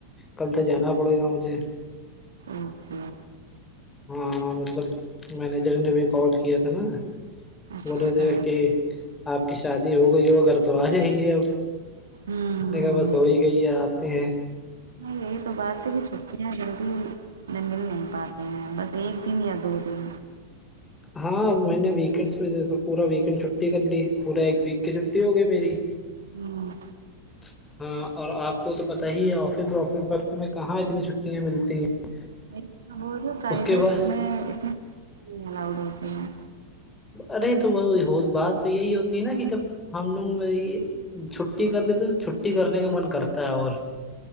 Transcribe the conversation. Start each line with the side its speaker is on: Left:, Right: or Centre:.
Left: کل سے جانا پڑے گا مجھے
Right: اوکے
Left: ہاں مطلب مینیجر نے بھی کال کیا تھا نا
Right: اچھا
Left: بول رہے تھے کہ آپ کی شادی ہو گئی ہو ا گگر تو آ جائیے اب
Right: ہوں
Left: سنے کا بس ہو ہی گئی ہے آتے ہیں
Right: نہیں یہی تو بعات ت بھی چھٹیاں جلدی نہیں مل نہیں پاتے ہیں بس ایک دن یا دو دن
Left: ہاں میں نے ویکینڈ پہ پورا ویکینڈ چھٹی کر لی پورا ایک ویک کی چھٹی ہو گئی میری
Right: ہوں
Left: ج <unintelligible> ہاں اور آپ کو تو پتہ ہی ہے آفس وافس ورک میں کہاں اتنی چھٹیاں ملتی ہیں
Right: کہ بول پرائیویٹ
Left: اس کے بعد
Right: میں اتنییا اؤڈ ہوتی ہیں
Left: ارے تو وہ ہو بات تو یہی ہوتی ہے نا کہ جب ہم لوگ چھٹی کر لیتے تو چھٹی کرنے کا من کرتا ہے اور